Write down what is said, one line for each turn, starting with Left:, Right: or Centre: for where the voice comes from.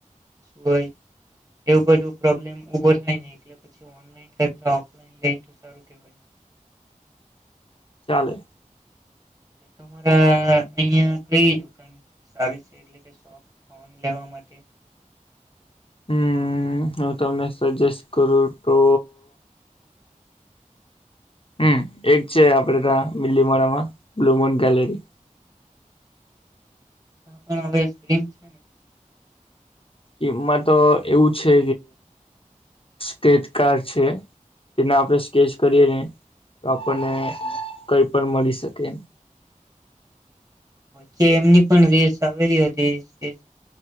Right: હોય એવું બધું પ્રોબ્લેમ ઉભો થાય ને એટલે પ ઓનલાઈન કરતા ઓફલાઈન સારું કેવાય
Left: ચાલે.
Right: તમારા અહિયાં કઈ દુકાન સારી છે, એટલે કે ફોન લેવા માટે
Left: હમ હું તમને સજેસ્ટ કરું તો હમ એક છે, આપડે તા બીલીમોડામાં બ્લુમોન ગેલેરી
Right: <inaudible>
Left: એમાં તો એવું છે, કે <unintelligible> છે. તેને આપણે સ્કેચ કરીએ ને તો આપણને કઈ પણ મળી શકે
Right: કે એમની પણ રીલ્સ આવેલી હતી